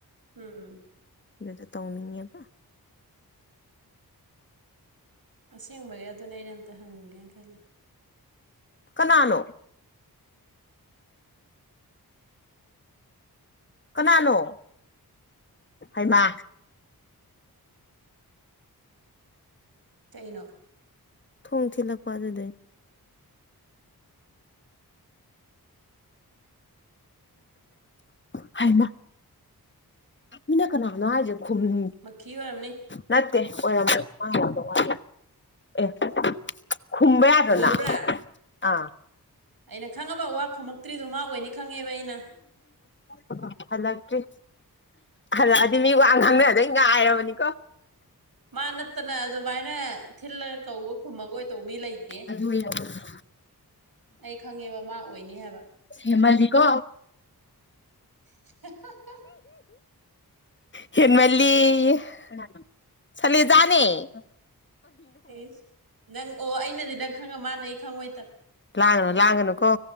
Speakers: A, on the right; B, on the left.
A: ꯎꯝ
B: ꯑꯗꯨꯗꯣ ꯇꯧꯅꯤꯡꯉꯦꯕ꯫
A: ꯑꯁꯦꯡꯕꯒꯤ ꯑꯗꯨꯅ ꯑꯩꯅ ꯑꯝꯇ ꯍꯪꯒꯦꯅ ꯈꯜꯂꯦ꯫
B: ꯀꯅꯥꯅꯣ꯫ ꯀꯅꯥꯅꯣ ꯍꯩꯃꯥ꯫
A: ꯀꯩꯅꯣ꯫
B: ꯊꯣꯡ ꯊꯤꯜꯂꯛꯄ ꯑꯗꯨꯗꯩꯅꯦ꯫ ꯍꯥꯏꯃꯥ꯫ ꯃꯤꯅ ꯀꯅꯥꯅꯣ ꯍꯥꯏꯁꯦ ꯈꯨꯝ
A: ꯃꯈꯤ ꯑꯣꯏꯔꯝꯅꯤ꯫
B: ꯅꯠꯇꯦ ꯑꯣꯏꯔꯝꯕ ꯃꯥꯡꯉꯗ ꯋꯥ ꯑꯦ ꯈꯨꯝꯕ ꯌꯥꯗꯔꯣꯅ
A: ꯑꯣꯏꯕ꯭ꯔꯥ
B: ꯑꯥ
A: ꯑꯩꯅ ꯈꯪꯉꯕ ꯋꯥ ꯈꯣꯃꯛꯇ꯭ꯔꯤꯗꯣ ꯃꯥ ꯑꯣꯏꯅꯤ ꯈꯪꯉꯦꯕ ꯑꯩꯅ꯫
B: ꯑꯣ ꯍꯜꯂꯛꯇꯔꯤ ꯍꯜꯂꯛꯑꯗꯤ ꯃꯤ ꯋꯥ ꯉꯥꯡꯅꯗꯣꯏ ꯉꯥꯏꯔꯕꯅꯤꯀꯣ꯫
A: ꯃꯥ ꯅꯠꯇꯅ ꯑꯗꯨꯃꯥꯏꯅ ꯊꯤꯜꯂꯒ ꯀꯧꯕ ꯈꯨꯝꯃꯥꯛꯑꯣꯗꯧꯕ ꯃꯤ ꯂꯩꯇꯦ꯫
B: ꯑꯗꯨ ꯑꯣꯏꯔꯕꯅꯦ꯫
A: ꯑꯩ ꯈꯪꯉꯦꯕ ꯃꯥ ꯑꯣꯏꯅꯤ ꯍꯥꯏꯕ꯫
B: ꯍꯦꯃꯥꯜꯂꯤꯀꯣ꯫
A: <unintelligible>
B: ꯍꯦꯟꯃꯥꯜꯂꯤ ꯀꯥꯅꯅꯣ꯫ ꯁꯜꯂꯦꯖꯥꯅꯦ꯫
A: ꯏꯁ ꯅꯪ ꯑꯣ ꯑꯩꯅꯗꯤ ꯅꯪ ꯈꯪꯉ ꯃꯥꯅ ꯑꯩ ꯈꯪꯉꯣꯏꯗ
B: ꯂꯥꯡꯒꯅꯨ ꯂꯥꯡꯒꯅꯨꯀꯣ